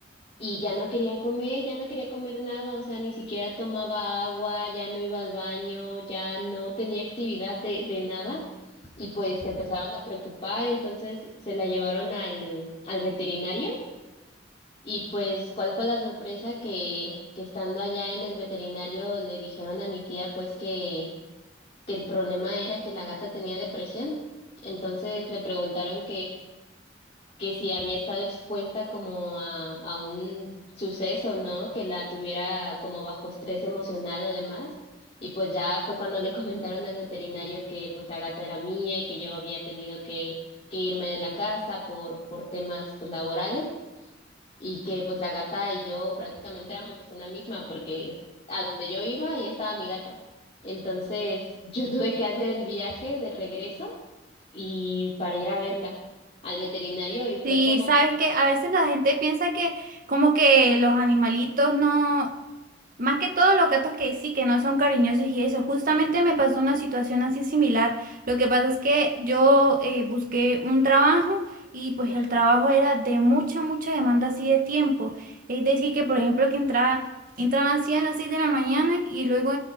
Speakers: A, on the left (about 35°); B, on the right (about 50°).
A: y ya no quería comer, ya no quería comer nada, o sea, ni siquiera tomaba agua, ya no iba al baño, ya no tenía actividad de, de nada. Y pues se empezaron a preocupar, entonces se la llevaron al, al veterinario. Y pues, ¿cuál fue la sorpresa? Que, que estando allá en el veterinario le dijeron a mi tía pues que, que el problema era que la gata tenía depresión. Entonces le preguntaron que si había estado expuesta como a, a un suceso, ¿no? Que la tuviera como bajo estrés emocional o demás. Y pues ya fue cuando le <laughs> comentaron al veterinario que pues la gata era mía y que yo había tenido que, que irme de la casa por, por temas pues laborales y que pues la gata y yo prácticamente éramos una misma porque a donde yo iba ahí estaba mi gata. Entonces yo tuve que hacer el viaje de regreso y para ir a verla al veterinario y fue
B: Sí,
A: como
B: sabes que a veces la gente piensa que como que los animalitos no, más que todo los gatos que sí, que no son cariñosos y eso. Justamente me pasó una situación así similar. Lo que pasa es que yo eh, busqué un trabajo y pues
A: Ajá.
B: el trabajo era de mucha, mucha demanda así de tiempo. Es decir, que por ejemplo que entraba, entraba así a las 6 de la mañana y luego